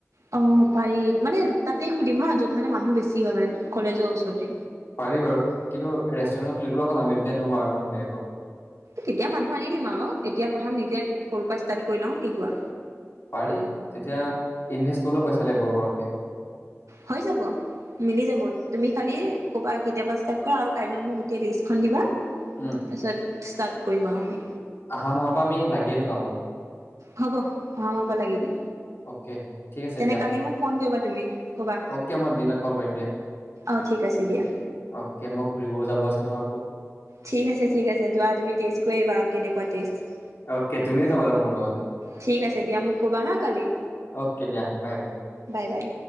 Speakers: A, on the right (about 80°); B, on the left (about 50°).
A: অ পাৰি মানে তাতেই সুধিম হা য'ত মানে মানুহ বেছি হয় মানে, কলেজৰ ওচৰতে।
B: পাৰি বাৰু। কিন্তু ৰেষ্টুৰেণ্ট খুলিবলৈ অকল আমি দুটাই নহব, আৰু মানুহ লাগিব ।
A: তেতিয়া মানুহ আনি দিম আৰু । এতিয়া প্ৰথম নিজে সৰুৰ পৰা ষ্টাৰ্ট কৰি লওঁ, কি কোৱা?
B: পাৰি । তেতিয়া ইনভেষ্ট কৰিবও পইচা লাগিব সৰহকে।
A: হয় যাব। মিলি যাব । তুমি খালি কৰবা- কেতিয়াৰ পৰা ষ্টাৰ্ট কৰা আৰু কাইলৈ মোক গোটেই লিষ্টখন দিবা।
B: উম
A: তাৰপিছত ষ্টাৰ্ট কৰিম আৰু আমি।
B: আহা মাহ পৰা আমি লাগিয়ে দিও কামত ।
A: হ'ব, অহা মাহৰ পৰা লাগি দিম।
B: অ'কে ঠিক আছে
A: তেনে
B: দিয়া
A: কালি মোক ফোন কৰিবা তুমি । ক'বা।
B: অ'কে মই দিনত কল কৰিম দিয়া
A: অ' ঠিক আছে দিয়া।
B: অ'কে মই <unintelligible>
A: ঠিক আছে - ঠিক আছে । যোৱা তুমি টেষ্ট কৰি আহিবা । কেনেকুৱা টেষ্ট
B: অ'কে । তুমিও যাবা লাগিব মোৰ লগত
A: ঠিক আছে দিয়া মোক ক'বা হা কালি
B: । অ'কে দিয়া । বাই - বাই।
A: Bye bye